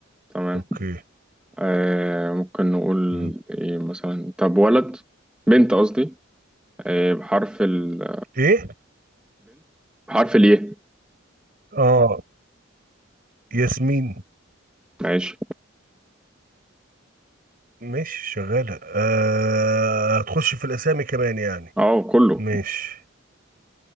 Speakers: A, in the centre; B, on the right.
A: تمام
B: اوكي
A: آه ممكن نقول
B: مم.
A: ايه مثلا طب ولد بنت قصدي آه بحرف البنت
B: ايه
A: بحرف الياء
B: اه ياسمين
A: ماشي
B: ماشي شغالة أه هتخش في الاسامي كمان يعني
A: اه كله
B: ماشي